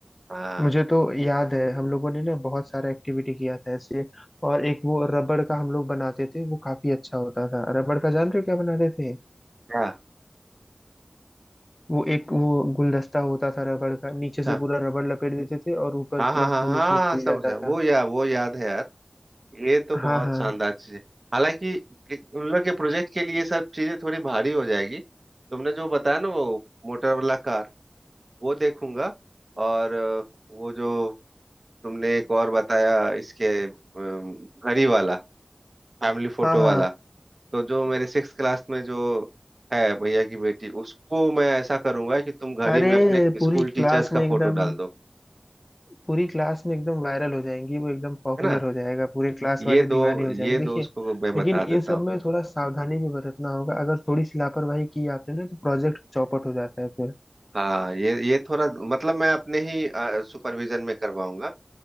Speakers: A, on the right; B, on the left.
A: हाँ
B: मुझे तो याद है हम लोगों ने ना बहुत सारा एक्टिविटी किया था ऐसे और एक वो रबड़ का हम लोग बनाते थे वो काफी अच्छा होता था रबड़ का जानते हो क्या बनाते थे
A: क्या
B: वो एक वो गुलदस्ता होता था रबड़ का नीचे से
A: अच्छा
B: पूरा रबड़ लपेट देते थे और ऊपर
A: हाँ हाँ
B: पूरा
A: हाँ
B: फूल
A: हाँ
B: उसमें
A: हाँ,
B: खिल
A: समझा
B: जाता था
A: वो या वो याद है यार ये तो बहुत
B: हाँ हाँ
A: शानदार चीज है हालांकि उन लोग के प्रोजेक्ट के लिए सब चीजें थोड़ी भारी हो जाएगी तुमने जो बताया ना वो मोटर वाला कार वो देखूंगा और अ, वो जो तुमने एक और बताया इसके अम, घड़ी वाला फैमिली फोटो
B: हाँ हाँ
A: वाला
B: हाँ।
A: तो जो मेरे सिक्स क्लास में जो है भैया की बेटी उसको मैं ऐसा करूंगा कि तुम घड़ी
B: अरे
A: में अपने स्कूल
B: पूरी
A: टीचर्स
B: क्लास
A: का
B: में
A: फोटो
B: एकदम
A: डाल दो
B: पूरी क्लास में एकदम वायरल हो जाएंगी वो एकदम पॉपुलर
A: है ना
B: हो जाएगा पूरे क्लास
A: ये
B: वाले
A: दो
B: दीवाने हो जाएंगे
A: ये दो
B: देखिए
A: उसको मैं बता
B: लेकिन इन
A: देता
B: सब
A: हूँ
B: में थोड़ा सावधानी भी बरतना होगा अगर थोड़ी सी लापरवाही की आपने ना तो प्रोजेक्ट चौपट हो जाता है फिर
A: हाँ ये ये थोड़ा मतलब मैं अपने ही सुपरविजन में करवाऊंगा